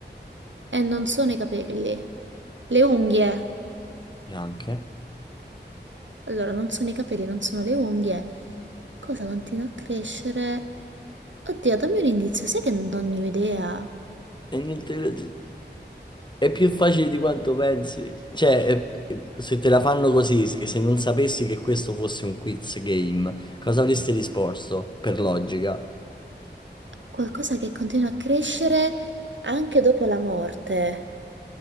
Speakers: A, on the right (about 85°); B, on the left (about 25°).
A: Eh, non sono i capelli. Le unghie.
B: Neanche.
A: Allora, non sono i capelli, non sono le unghie. Cosa continua a crescere? Oddio, dammi un indizio. Sai che non ne ho idea.
B: E non te la- È più facile di quanto pensi. Cioè, è- se te la fanno così, se se non sapessi che questo fosse un quiz game, cosa avresti risposto per logica?
A: Qualcosa che continua a crescere anche dopo la morte.